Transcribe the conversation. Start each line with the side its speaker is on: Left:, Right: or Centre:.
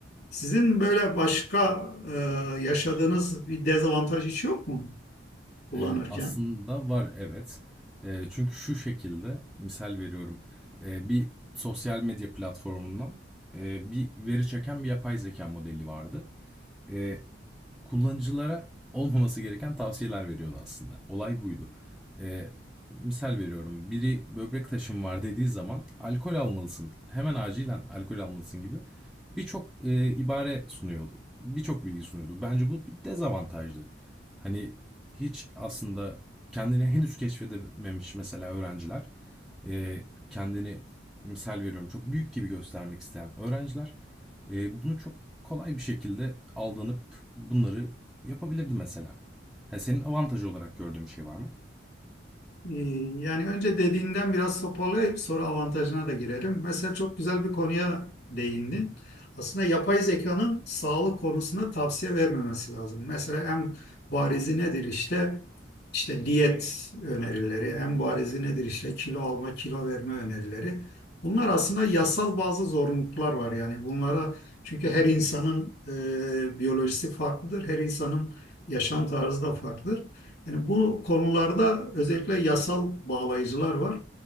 Left: Sizin böyle başka e, yaşadığınız bir dezavantaj hiç yok mu kullanırken?
Centre: Ee, aslında var evet. Ee, çünkü şu şekilde misal veriyorum. Ee, bir sosyal medya platformundan e, bir veri çeken bir yapay zeka modeli vardı. Ee, kullanıcılara olmaması gereken tavsiyeler veriyordu aslında. Olay buydu. Ee, misal veriyorum biri böbrek taşım var dediği zaman alkol almalısın hemen acilen alkol almalısın gibi birçok e, ibare sunuyordu. Birçok bilgi sunuyordu. Bence bu bir dezavantajdı. Hani hiç aslında kendini henüz keşfedememiş mesela öğrenciler e, kendini misal veriyorum çok büyük gibi göstermek isteyen öğrenciler e, bunu çok kolay bir şekilde aldanıp bunları yapabilirdi mesela. Ha, senin avantajı olarak gördüğün bir şey var mı?
Left: Ee, Yani önce dediğinden biraz toparlayıp sonra avantajına da girerim. Mesela çok güzel bir konuya değindin. Aslında yapay zekanın sağlık konusunda tavsiye vermemesi lazım. Mesela en barizi nedir işte? İşte diyet önerileri, en barizi nedir işte kilo alma, kilo verme önerileri. Bunlar aslında yasal bazı zorunluluklar var yani bunlara çünkü her insanın e, biyolojisi farklıdır, her insanın yaşam tarzı da farklıdır. Yani bu konularda özellikle yasal bağlayıcılar var.